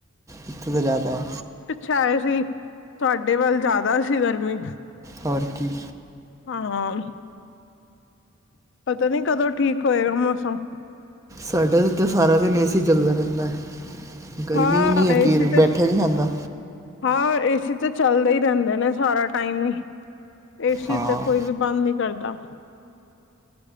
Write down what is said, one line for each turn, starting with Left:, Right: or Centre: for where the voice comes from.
Right: ਈਥੇ ਤਾਂ ਜ਼ਿਆਦਾ।
Left: ਸ਼ਾਏ ਸੀ, ਤੁਆਡੇ ਵੱਲ ਜਾਦਾ ਸੀ ਗਰਮੀ।
Right: ਹੋਰ ਕੀ।
Left: ਹਾਂ। ਪਤਾ ਨੀ ਕਦੋਂ ਠੀਕ ਹੋਏਗਾ ਮੌਸਮ।
Right: ਸਾਡੇ ਤਾਂ ਇੱਥੇ ਸਾਰਾ ਦਿਨ ਏਸੀ ਚੱਲਦਾ ਰੈਂਦਾ। ਗਰਮੀ
Left: ਹਾਂ
Right: ਇੰਨੀ ਹੈਗੀ
Left: ਏਸੀ
Right: ਏ ਕਿ
Left: ਤੇ
Right: ਬੈਠੇ ਨੀਂ ਜਾਂਦਾ।
Left: ਹਾਂ, ਏਸੀ ਤੇ ਚੱਲਦੇ ਹੀ ਰੈਂਦੇ ਨੇ ਸਾਰਾ ਟਾਈਮ ਈ, ਏਸੀ
Right: ਹਾਂ
Left: ਤੇ ਕੋਈ ਵੀ ਬੰਦ ਨੀ ਕਰਦਾ।